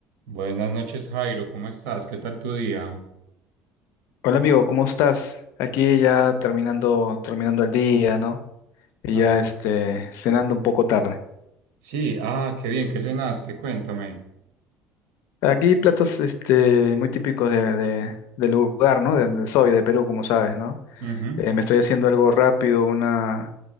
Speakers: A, on the right; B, on the left.
A: Buenas noches, Jairo, ¿cómo estás? ¿Qué tal tu día?
B: Hola amigo, ¿cómo estás? Aquí ya terminando, terminando el día, ¿no? Y
A: Ah,
B: ya este, cenando un poco tarde.
A: sí, ah, qué bien, ¿qué cenaste? Cuéntame.
B: Aquí platos este, muy típicos de, de- del lugar, ¿no? De donde soy, de Perú, como sabes, ¿no?
A: Ujú.
B: Eh, me estoy haciendo algo rápido, una,